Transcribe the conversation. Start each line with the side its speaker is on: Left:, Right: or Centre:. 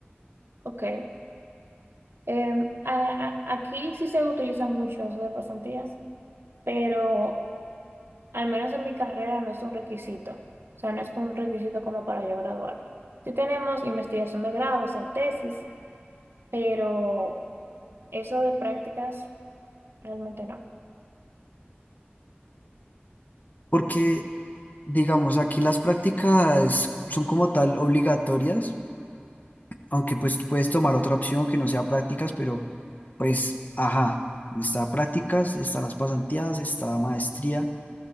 Right: Ok. Em, a- a- aquí sí se utiliza mucho eso de pasantías, pero al menos en mi carrera no es un requisito. O sea, no es un requisito como para yo graduarme. Sí tenemos investigación de grado, o sea, tesis, pero eso de prácticas realmente no.
Left: Porque, digamos, aquí las prácticas son como tal obligatorias aunque pues tú puedes tomar otra opción que no sea prácticas, pero pues, ajá, está prácticas, está las pasantías, está maestría,